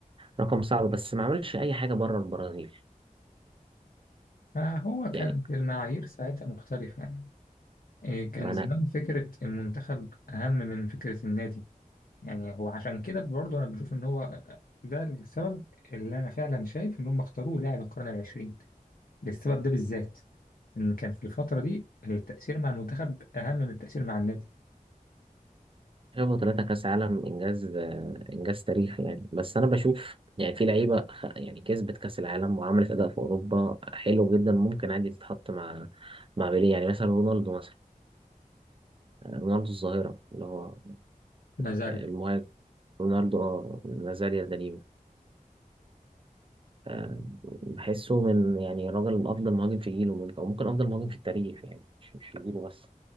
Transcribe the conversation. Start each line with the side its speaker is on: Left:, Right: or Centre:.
Right: رقم صعب بس ما عملش أي حاجة بره البرازيل
Left: فهو كانت
Right: يعني
Left: المعايير ساعتها مختلفة يعني إيه، كان
Right: ما
Left: زمان
Right: أنا
Left: فكرة المنتخب أهم من فكرة النادي يعني هو عشان كده برضه أنا بشوف إن هو ده السبب اللي أنا فعلا شايف إن هم اختاروه لاعب القرن العشرين للسبب ده بالذات إن كان في الفترة دي التأثير مع المنتخب أهم من التأثير مع النادي
Right: شايفه ثلاثة كأس عالم إنجاز آه، إنجاز تاريخي يعني بس أنا بشوف يعني في لعيبة خ- يعني كسبت كأس العالم وعملت أداء في أوروبا حلو جدا ممكن عادي تتحط مع مع بيليه يعني مثلا رونالدو مثلا آه، رونالدو الظاهرة اللي هو
Left: نازاريو
Right: آه، المهاجم رونالدو اه ما زال يدنيم آه، بحسه من يعني راجل افضل مهاجم في جيله ممكن او ممكن افضل مهاجم في التاريخ يعني مش مش في جيله بس